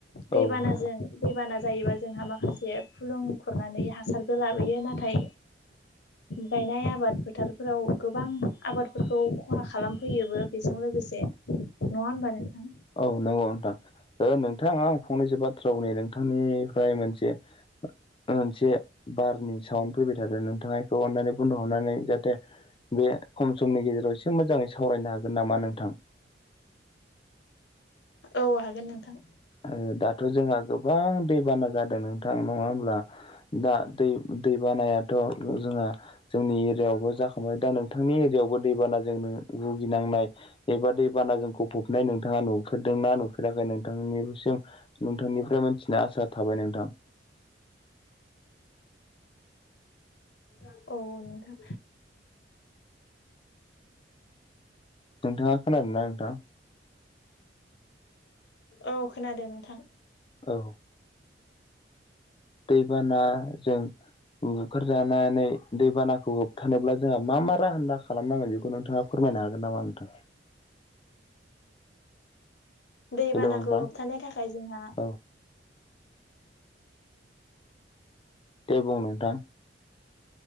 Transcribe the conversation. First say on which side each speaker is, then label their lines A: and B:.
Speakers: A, on the left; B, on the left.
A: दैबानाजों
B: औ नोंथां
A: दैबानाजों जायोबा जोंहा माखासे फुलुं खुरनानै हासारबो लाबोयो नाथाय बायनाय आबाद फोथारफोराव गोबां आबादफोरखौ खहा खालामफैयोबो बेजों लोगोसे नङा होनबा नोंथां
B: औ नंगौ नोंथां नोंथाङा आं फंनैसो बाथ्रानि नोंथांनि फ्राय मोनसे मोनसे बारनि साउड फैबाय थादों नोंथांखौ अन्नानै बन्द खालिमनानै जाहाथे बे खम समनि गेजेराव एसे मोजाङै सावरायनो हागोन नामा नोंथां
A: औ हागोन नोंथां
B: ओ दाथ' जोंहा गोबां दैबाना जादों नोंथां नङा हब्ला दा दैबाना जों जोंनि एरियावबो जाखांबाय दा नोंथांनि एरियायावबो दैबाना जों भुगिनांनाय एबा दैबाना जोंखौ नोंथाङा नुफेरदोंना नुफेराखै नोंथांनिसिम नोंथांनिफ्राय मिथिना आसा थाबाय नोंथां
A: <unintelligible> औ नोंथां
B: नोंथाङा खोनादों ना नोंथां
A: औ खोनादों नोंथां
B: औ दैबाना जों बुखारजानानै दैबानाखौ होबथानोब्ला जोंहा मा मा राहान्दा खालामनांगो बेखौ नोंथाङा फोरमाय नो हागोन नामा नोंथां
A: दैबानाखौ
B: हेलौ नोंथां
A: होबथानो थाखाय जोंहा
B: औ दे बुं नोंथां